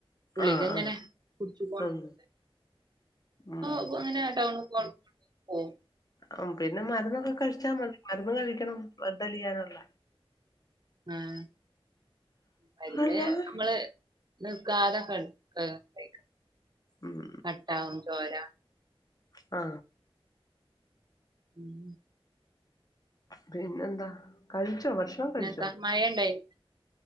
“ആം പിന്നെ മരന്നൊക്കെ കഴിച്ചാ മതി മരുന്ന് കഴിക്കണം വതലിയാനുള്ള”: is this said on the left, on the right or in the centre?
Left